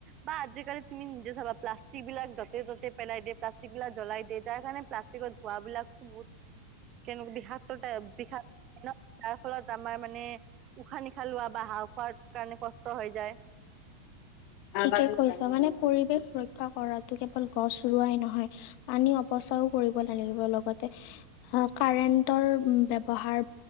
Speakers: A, on the right (about 40°); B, on the left (about 55°).
A: বা আজি জাল তুমি নিজে চাবা প্লাষ্টিকবিলাক যতে ততে পেলাই দিয় প্লাষ্টিকবিলাক জ্বলাই দিয়ে তাৰ কাৰণে প্লাষ্টিকত খুৱাবলাকতো বহুত কেনে বিষাক্ট বিষ যাৰ ফলত আমাৰ মানে উশাহ নিশাহ লোৱা বা হাঁহ ফাওৰ কাৰণে কষ্ট হৈ যায়।
B: থিকেই কৈছা মানে পৰিৱেশ ৰক্ষা কৰাতো কেৱল গছ ৰোৱাই নহয় পানী অৱস্থা কৰিব লাগে লগতে কাৰেণ্ট ব্যাবহাৰ